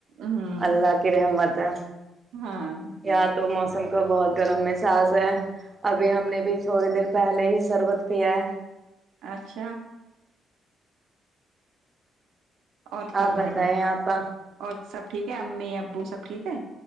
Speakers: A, on the right; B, on the right.
A: ہوں
B: اللہ کی رحمت ہے
A: ہاں
B: اں تو موسم کو بہت گرم م ساس ہے ابھی ہم نے بھی تھوڑی دیر پہلے ہی سربت پیا ہے
A: اچھا اور فرمائیے
B: آپ بتائیں آپ
A: اور سب ٹھیک ہے امی ابو سب ٹھیک ہے